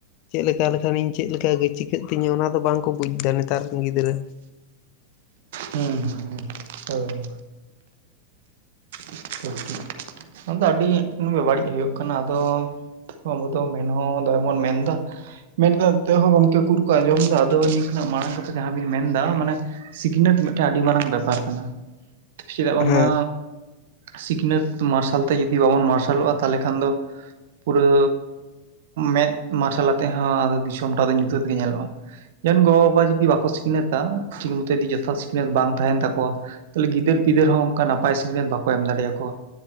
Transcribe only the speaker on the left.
ᱪᱮᱫ ᱞᱟ ᱠᱟ ᱞᱮᱠᱷᱟᱱᱤᱧ ᱪᱮᱫ ᱞᱮᱠᱟᱜᱮ ᱪᱤᱠᱟ. ᱜ ᱛᱤᱧᱟ ᱚᱱᱟ ᱫᱚ ᱵᱟᱝᱠᱚ ᱵᱩᱡᱽ ᱫᱟ ᱱᱮᱛᱟᱨ ᱨᱮᱱ ᱜᱤᱫᱽᱨᱟᱹ᱾
ᱦᱮᱸ